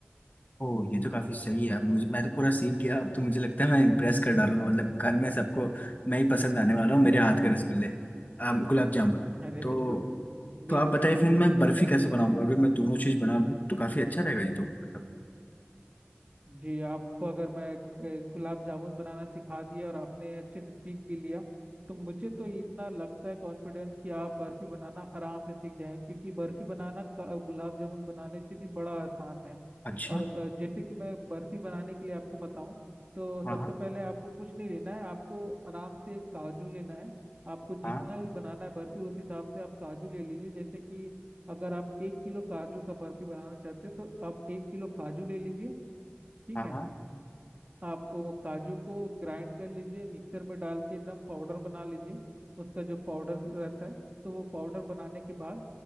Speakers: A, on the left (about 45°); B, on the right (about 35°).
A: ओह ये तो काफी सही है अब मुझे मैं तो पूरा सीख गया अब तो मुझे लगता है मैं इम्प्रेस कर डालूंगा मतलब घर में सबको मैं ही पसंद आने वाला हूँ मेरे हाथ के रसगुल्ले आम, गुलाब जामुन
B: अरे
A: तो
B: बिल्कुल बिल्कुल
A: तो
B: बिल्कुल
A: आप बताइए
B: बिल्कुल
A: फिर मैं बर्फी कैसे बनाऊंगा अगर मैं दोनों चीज बना लूँ तो काफी अच्छा रहेगा ये तो मतलब
B: जी आपको अगर मैं ए, गुलाब जामुन बनाना सिखा दिया और आपने अच्छे से सीख भी लिया तो मुझे तो इतना लगता है कॉन्फिडेंस कि आप बर्फी बनाना आराम से सीख जाएं क्योंकि बर्फी बनाना का- गुलाब जामुन बनाने से भी बड़ा आसान है
A: अच्छा
B: और अ, जैसे कि मैं बर्फी बनाने के लिए आपको बताऊं तो
A: हाँ
B: सबसे
A: हाँ
B: पहले आपको कुछ नहीं लेना है आपको आराम से एक काजू लेना है आपको जितना
A: हाँ
B: भी बनाना है बर्फी उस हिसाब से आप काजू ले लीजिए जैसे कि अगर आप एक किलो काजू का बर्फी बनाना चाहते हैं तो आप एक किलो काजू ले लीजिए ठीक
A: हाँ
B: है
A: हाँ
B: आप वो काजू को ग्राइंड कर लीजिए मिक्सर में डाल के एकदम पाउडर बना लीजिए उसका जो पाउडर रहता है तो वो पाउडर बनाने के बाद